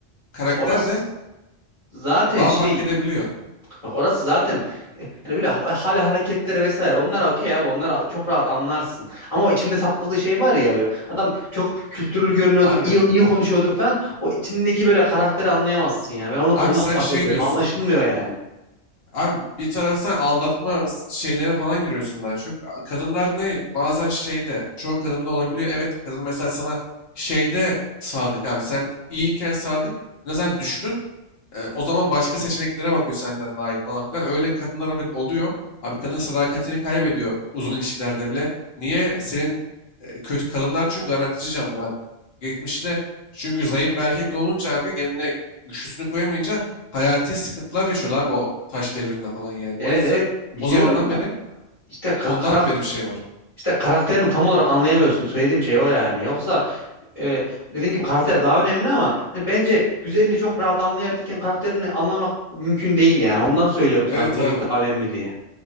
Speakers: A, on the left; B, on the left.
A: Karakter
B: orası
A: de
B: zaten
A: daha
B: şey
A: fark edebiliyor.
B: bak orası zaten e, hani böyle ha- hala hareketleri vesaire onlar okey abi onlar çok rahat anlarsın. Ama o içinde sakladığı şey var ya böyle adam çok kültürlü görünüyordur,
A: Abi
B: iyi, iyi konuşuyordur falan. O içindeki böyle karakteri anlayamazsın yani. Ben onu ondan
A: abi sen
B: bahsediyorum.
A: şey diyorsun.
B: Anlaşılmıyor yani.
A: Abi bir taraftan aldatma s- şeylerine falan giriyorsun daha çok. A- Kadınlar ne? Bazen şeyde, çoğu kadında olabiliyor. Evet, kadın mesela sana şeyde sadık abi. Sen iyiyken sadık. Ne sen düştün. e, o zaman başka seçeneklere bakıyor senden daha iyi falan filan. Öyle kadınlar evet oluyor. Abi kadın sadakatini kaybediyor uzun ilişkilerde bile. Niye? Senin e, kötü kadınlar çünkü garantici canlılar abi. Geçmişte çünkü zayıf bir erkek de olunca abi kendine güçlüsünü koyamayınca hayati sıkıntılar yaşıyordu abi o taş devrinde falan yani.
B: Evet
A: O yüzden
B: evet biliyorum
A: o zamandan
B: da
A: beri
B: işte ka-
A: ondan
B: karak-
A: beri bir şey var.
B: işte karakterini tam olarak anlayamıyorsun. Söylediğim şey o yani. Yoksa e, dediğin gibi karakter daha önemli ama hani bence güzelliği çok rahat anlayabilirken karakterini anlamak mümkün değil yani. Ondan söylüyorum sana
A: Evet
B: güzellik
A: abi.
B: daha önemli diye.